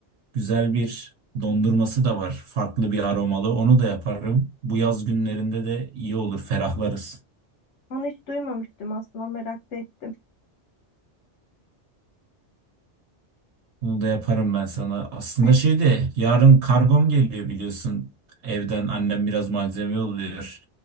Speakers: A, on the right; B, on the left.
A: güzel bir dondurması da var. Farklı bir aromalı. Onu da yaparım. Bu yaz günlerinde de iyi olur, ferahlarız.
B: Onu hiç duymamıştım aslında merak da ettim.
A: Bunu da yaparım ben sana. Aslında
B: <laughs>
A: şey de yarın kargom geliyor biliyorsun. Evden annem biraz malzeme yolluyor.